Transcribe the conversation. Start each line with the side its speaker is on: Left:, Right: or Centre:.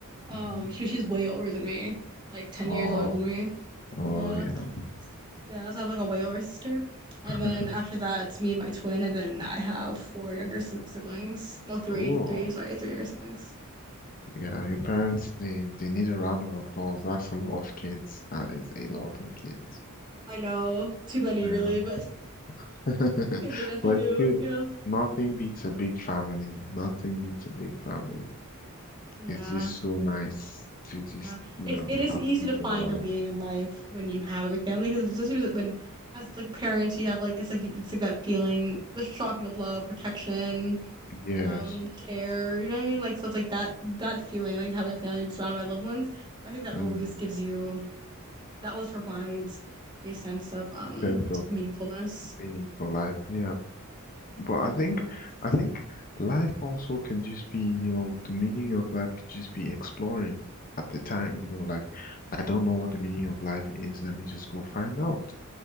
Right: Um,
Left: hmm
Right: she she's way older than me, like 10
Left: Oh,
Right: years older than me.
Left: oh
Right: Yeah.
Left: yeah.
Right: Yeah, so I have like a way older sister. And
Left: <laughs>
Right: then after that, it's me and my twin, and then I have four younger si- siblings. No, three,
Left: Oh,
Right: three, sorry, three younger siblings.
Left: yeah. Your parents they they need a round of applause. That's a lot of kids. That is a lot of kids.
Right: I know, too many
Left: Yeah.
Right: really, but
Left: <laughs>
Right: <laughs> they definitely
Left: But
Right: do,
Left: it's good.
Right: you know.
Left: Nothing beats a big family. Nothing beats a big family.
Right: Yeah.
Left: It's just so nice to just,
Right: Yeah,
Left: you
Right: it's
Left: know,
Right: it is
Left: have
Right: easy
Left: people
Right: to find
Left: around.
Right: the meaning in life when you have a big family because especially with- when as like parents you have like it's like you, it's like that feeling the strong feeling of love protection
Left: Yes.
Right: um care you know what I mean like so it's like that that feeling like having a family being surrounded by loved ones I think that always
Left: Mm.
Right: gives you that always provides a sense of um
Left: Sense of
Right: meaningfulness
Left: meaning for life. Yeah. But
Right: yeah
Left: I think,
Right: meaningfulness.
Left: I think life also can just be, you know, the meaning of life could just be exploring at the time, you know, like, I don't know what the meaning of life is. Let me just go find out.